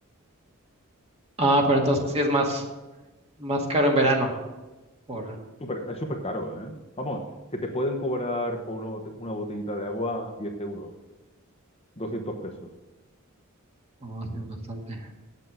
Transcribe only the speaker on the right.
Ah, pero entonces sí es más, más caro en verano, por,
oh, sí, bastante.